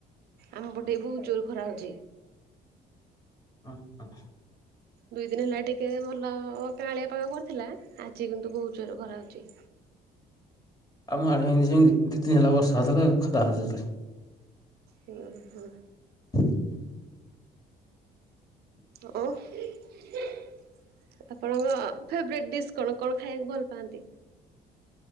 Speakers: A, on the right; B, on the left.
A: ଆମ ପଟେ ବହୁତ ଜୋର ଖରା ହଉଚି।
B: ହ, ହ।
A: ଦୁଇ ଦିନ ହେଲା ଟିକେ ଭଲ ଅ କାଁଳିଆ ପାଗ କରିଥିଲା। ଆଜି କିନ୍ତୁ ବହୁତ ଜୋରରେଖରା ହଉଚି।
B: ଆମ ଆଡେ ଏମିତି ସେମିତି ଦିଇ ଦିନ ହେଲା ବର୍ଷା ହେଉଥିଲା ଏବେ ଖରା ହଉଚି। <unintelligible>
A: ହୁଁ ହୁଁ।
B: ହ
A: ଓ ଆପଣଙ୍କ ଫେବ୍ରାଇଟ୍ ଡିସ୍ କଣ। କଣ ଖାଇବାକୁ ଭଲ ପାଆନ୍ତି?